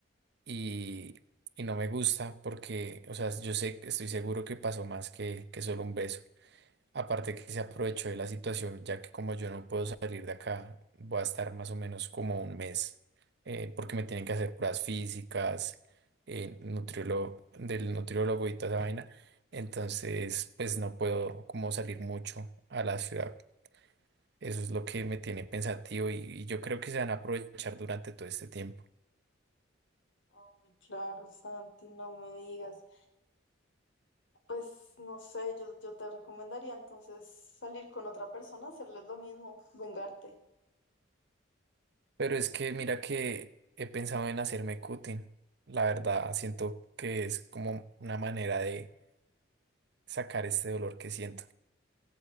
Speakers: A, on the right; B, on the left.
A: Y, y no me gusta porque, o sea, yo sé, estoy seguro que pasó más que, que solo un beso. Aparte que se aprovechó de la situación, ya que como yo no puedo salir de acá, voy a estar más o menos como un mes, eh, porque me tienen que hacer pruebas físicas, eh, nutriólogo, del nutriólogo y toda esa vaina. Entonces, pues no puedo como salir mucho a la ciudad. Eso es lo que me tiene pensativo y, y yo creo que se van a aprovechar durante todo este tiempo.
B: Ay, claro, Santi, no me digas. Pues no sé, yo, yo te recomendaría entonces salir con otra persona, hacerles lo mismo, vengarte.
A: Pero es que mira que he pensado en hacerme cutting. La verdad, siento que es como una manera de sacar este dolor que siento.